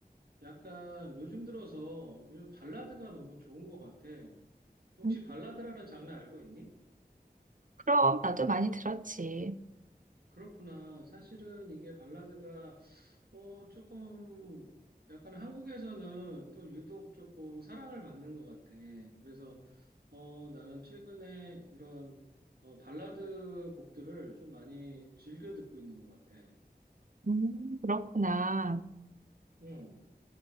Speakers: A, on the right; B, on the right.
A: 약간 요즘 들어서 요즘 발라드가 너무 좋은 것 같아. 혹시
B: 음,
A: 발라드라는 장르 알고 있니?
B: 그럼 나도 많이 들었지.
A: 그렇구나. 사실은 이게 발라드가 어 조금 약간 한국에서는 또 유독 조금 사랑을 받는 것 같아. 그래서 어 나는 최근에 이런 어 발라드 곡들을 좀 많이 즐겨 듣고 있는 것 같아.
B: 음, 그렇구나.
A: 응,